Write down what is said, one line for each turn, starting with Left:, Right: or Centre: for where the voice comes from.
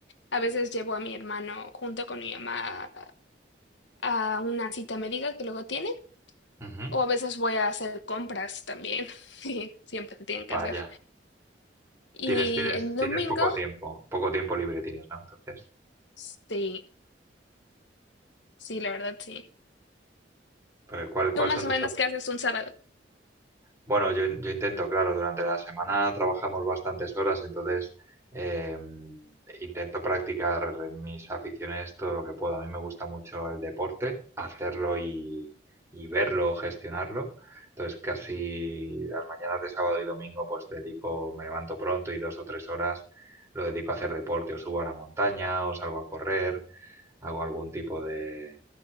Left: a veces llevo a mi hermano junto con mi mamá a una cita médica que luego tiene
Right: Ujú.
Left: o a veces voy a hacer compras también, <laughs> que siempre se tienen que
Right: Vaya.
Left: hacer. Y
Right: Tienes, tienes,
Left: el
Right: tienes
Left: domingo,
Right: poco tiempo. Poco tiempo libre tienes, ¿no? Entonces,
Left: sí, sí, la verdad sí.
Right: pero ¿cuál, cuál
Left: ¿Tú más
Right: son tus
Left: o menos qué haces un sábado?
Right: Bueno, yo, yo intento, claro, durante la semana trabajamos bastantes horas, entonces eh, intento practicar mis aficiones todo lo que puedo. A mí me gusta mucho el deporte, hacerlo y, y verlo o gestionarlo. Entonces casi las mañanas de sábado y domingo pues dedico, me levanto pronto y dos o tres horas lo dedico a hacer deporte, o subo a la montaña, o salgo a correr, hago algún tipo de,